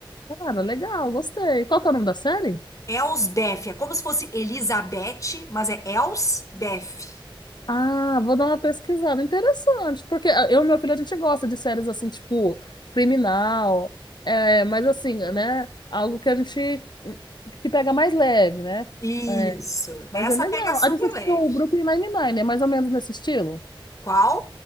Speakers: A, on the left; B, on the left.
A: Cara, legal, gostei. Qual que é o nome da série?
B: Elsbeth, é como se fosse Elizabeth, mas é Elsbeth.
A: Ah, vou dar uma pesquisada. Interessante, porque ah, eu e meu filho, a gente gosta de séries assim, tipo, criminal, é, mas assim, né? Algo que a gente que pega mais leve, né?
B: Isso.
A: É, mas
B: Essa
A: é legal.
B: pega super
A: A gente assistiu
B: leve.
A: o Brooklyn Nine-Nine, é mais ou menos nesse estilo?
B: Qual?